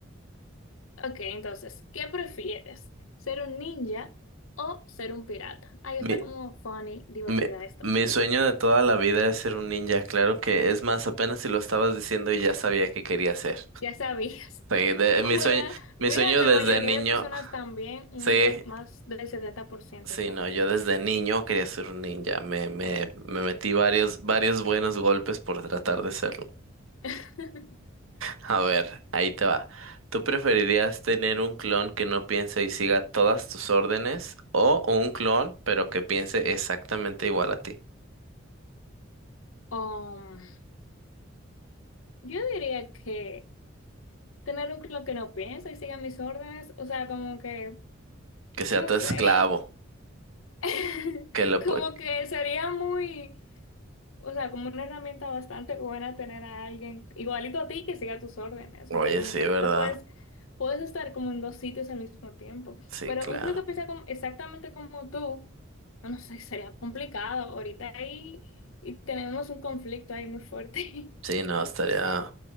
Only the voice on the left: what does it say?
Ok, entonces, ¿qué prefieres? ¿Ser un ninja o ser un pirata? Ahí
está como funny, divertida
esto.
Ya sabías.
<laughs>
Oh
my
God,
mira,
la
mayoría
de personas también, un,
se- más del 70%
también
quiere.
<laughs>
Um, Yo diría que tener un club que no piensa y siga mis órdenes, o sea, como que,
no
sé,
<laughs>
como que sería muy, o sea, como una herramienta bastante buena tener a alguien igualito a ti que siga tus órdenes,
o sea, como
que
te puedes, puedes estar como en dos sitios al mismo tiempo,
pero
un club que piensa como- exactamente como tú, no sé, sería complicado ahorita ahí y tenemos un conflicto ahí muy fuerte.